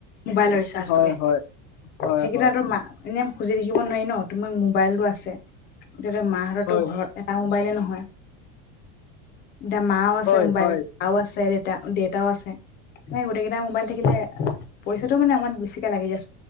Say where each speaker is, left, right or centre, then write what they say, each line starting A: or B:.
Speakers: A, on the left (about 25°); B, on the left (about 85°).
A: মোবাইলৰ ৰিচাৰ্জটোকে
B: হয় হয় হয়
A: সেইকেইটা
B: হয়
A: এনেই খুজি থাকিব নোৱাৰি ন? তোমাৰ মোবাইলটো আছে। তেতিতে মাহঁতৰো
B: হয়
A: ঘৰত এটাও মোবাইল এ নহয়। <unintelligible> মাও আছে
B: হয়
A: মোবাইল।
B: হয়
A: আছে দে-দেতাও আছে। নাই গোটেই কেইটটা মোবাইল থাকিলে পইচাটো মানে আমাৰ বেছিকে লাগে দিয়া।